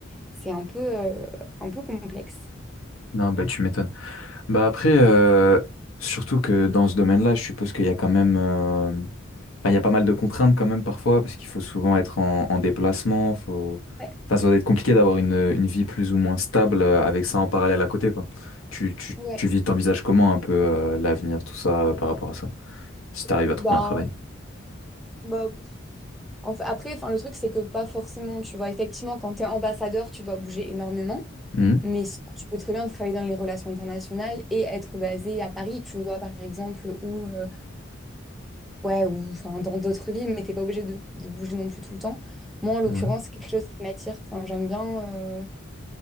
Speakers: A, in the centre; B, on the left.
A: c'est un peu, euh, un peu complexe.
B: Non, bah tu m'étonnes. Bah après, euh, surtout que dans ce domaine-là, je suppose qu'il y a quand même euh, Enfin, il y a pas mal de contraintes quand même parfois, parce qu'il faut souvent être en, en déplacement. Faut...
A: Ouais,
B: Enfin, ça doit être compliqué d'avoir une, une vie plus ou moins stable euh, avec ça en parallèle à côté, quoi. Tu, tu,
A: ouais.
B: tu vis, t'envisages comment un peu euh, l'avenir, tout ça, euh, par rapport à ça, si t'arrives à
A: Bah,
B: trouver un travail.
A: bah, pff. En fait, après, enfin, le truc, c'est que pas forcément, tu vois, effectivement, quand tu es ambassadeur, tu dois bouger énormément,
B: Mhm.
A: mais sinon, tu peux très bien travailler dans les relations internationales et être basé à Paris, tu vois, par exemple, ou, euh, ouais, ou enfin, dans d'autres villes, mais t'es pas obligé de, de bouger non plus tout le temps. Moi, en l'occurrence,
B: Ouais,
A: c'est quelque chose qui m'attire. Enfin, j'aime bien. euh,